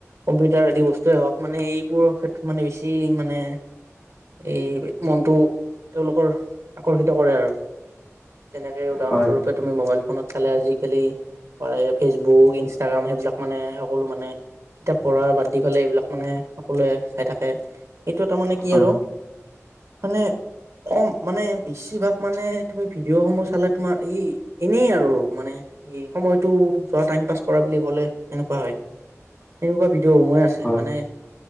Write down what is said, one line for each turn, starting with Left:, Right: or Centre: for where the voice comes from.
Right: কম্পিউটাৰ আদি বস্তুৱেই হওঁক মানে এইবোৰ ক্ষেত্ৰত মানে বেছি মানে এই মনটো তেওঁলোকৰ আকৰ্ষিত কৰে আৰু। যেনেকে উদাহৰণস্বৰূপে
Left: হয়
Right: তুমি মোবাইল ফোনত চালে আজিকালি পাৰে ফেচবুক, ইনষ্টাগ্ৰাম সেইবিলাক মানে সকলো মানে কিতাপ পঢ়াৰ বাদ দি এইবিলাক মানে সকলোৱে চাই থাকে, এইটো এটা মানে কি
Left: হয়
Right: আৰু মানে কম মানে বেছিভাগ মানে তুমি ভিডিঅ'সমূহ চালে তোমাৰ এই এনেই আৰু মানে এই সময়টো যোৱা টাইম পাছ কৰা বুলি ক'লে এনেকুৱা হয়। এনেকুৱা ভিডিঅ' সমূহেই আছে,
Left: হয়
Right: মানে